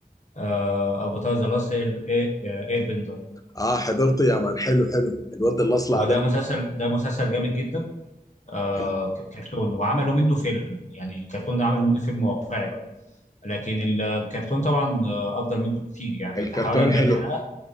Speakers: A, on the left; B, on the left.
A: آه افاتار ذا لاست اير بندر
B: اه حضرته يا مان حلو حلو الواد الاصلع
A: هو ده
B: ده
A: مسلسل ده مسلسل جامد جدا آه
B: ال-
A: ك- كرتون وعملوا منه فيلم يعني الكرتون ده عملوا منه فيلم واقعي بقى لكن الكرتون طبعا آه، افضل منه بكتير يعني
B: الكرتون
A: حوالي 40
B: حلو
A: حلقه